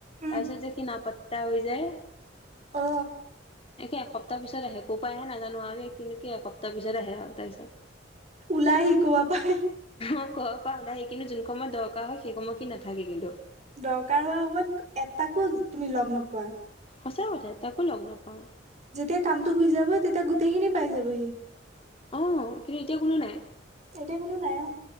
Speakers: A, on the right; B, on the left.
A: উম
B: তাৰপিছত যে সি নাপত্তা হৈ যায়।
A: অ
B: একে এসপ্তাহ পিছত আহে। এহে নাজানো আও দেই কিনু কি এসপ্তাহ পিছত আহে আও তাইছত।
A: ওলাই শিকোৱা পাই
B: অ ক পা ওলায় আহি কিনু যোন সময়ত দৰকাৰ হয় সেই সময় সি নাথাকে কিন্তু।
A: দৰকাৰ হোৱা সময়ত এটাকো তুমি লগ নোপোৱা।
B: সঁচা কথা এটাকো লগ নাপাওঁ।
A: যেতিয়া কামটো হৈ যাব তেতিয়া গোটেইখিনি পাই যাবহি।
B: অ কিন্তু এতিয়া কোনো নাই।
A: এতিয়া কোনো নাই অ।